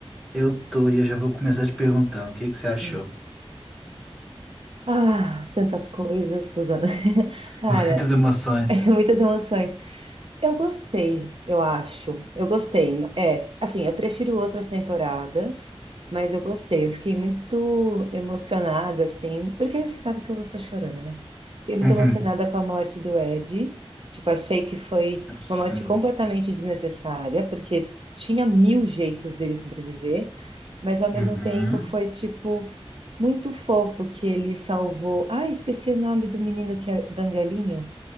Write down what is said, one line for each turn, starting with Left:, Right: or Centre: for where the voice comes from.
Centre: Eu tô e eu já vou começar te perguntando, o que que você achou?
Right: Hum. Ah, tantas coisas, tô usando. <laughs> Cara,
Centre: <laughs> Muitas emoções.
Right: <laughs> muitas emoções. Eu gostei, eu acho. Eu gostei. É, assim, eu prefiro outras temporadas, mas eu gostei. Eu fiquei muito emocionada, assim, porque você sabe que eu sou chorona, né? Fiquei muito
Centre: Uhum.
Right: emocionada com a morte do Ed. Tipo, achei que foi
Centre: Sim.
Right: uma morte completamente desnecessária, porque tinha mil jeitos dele sobreviver, mas ao mesmo
Centre: Uhum.
Right: tempo foi, tipo, muito fofo que ele salvou. Ah, esqueci o nome do menino que é Bangalinho.